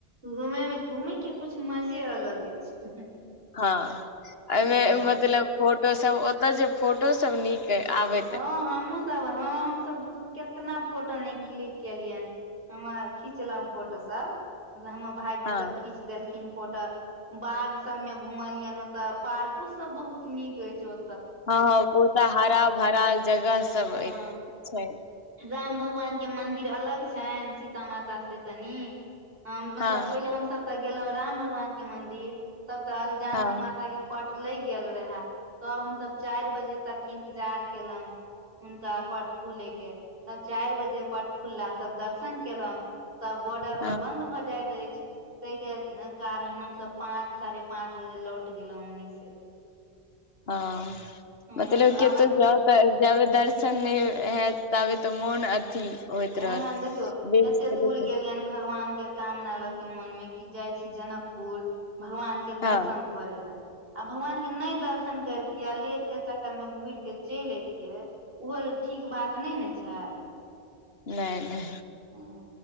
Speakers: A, on the right (about 60°); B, on the left (about 65°).
A: घूमे मे घूमे के कुछ मजे अलग अछि
B: हँ
A: हँ
B: एमे मतलब फोटो सब ओत जे फोटो सब नीक अई आबे
A: हँ हमहू सब हँ हमसभ दू केतना फोटो नय क्लिक केलियनि हमे खिचलहु फोटो सब मतलब हमर भायजी
B: हँ
A: सब खीच देलखिन फोट बाघ सब मे घुमलियनि ओते पार्को सब बहुत नीक अछि ओ
B: हँ हँ बहुत हरा भरा जगह सब
A: हँ
B: छै
A: राम भगवान के मंन्दिर अलग छनि सीता माता से कनि मतलब
B: हँ
A: पहिले हम सब तक गेलौं राम भगवान के मंदिर तब तक जानकी
B: हँ
A: माता के पट लैग गेल रहे तब हमसभ चारि बजे तक इंतजार केलौं हुनका पट खुलैके तब चारि बजे पट खुलला तब दर्शन केलौं तब बॉर्डर पर
B: हँ
A: बंन्द
B: हँ
A: भऽ जाइत अछि तै के कारण हमसभ पांच साढ़े पाच बजे लौट गेलौ ओनि से
B: हँ
A: हँ
B: मतलब
A: तऽ
B: केते
A: अबै
B: जे तऽ जाबे दर्शन नय हेत ताबे तऽ मोन अथी होइत
A: ओहेन
B: रहत
A: देखियौ
B: विस्तृत।
A: एते दूर गेलियनि भगवान के कामना लऽ के मोन मे कि जाइ छी जनकपुर भगवान के दर्शन
B: हँ
A: करै लै आ भगवान के नय दर्शन करितियै आ लेट के चक्कर मे घुइर के चइल अतियै उहो ठीक बात नय नय छै
B: नय नय
A: हूं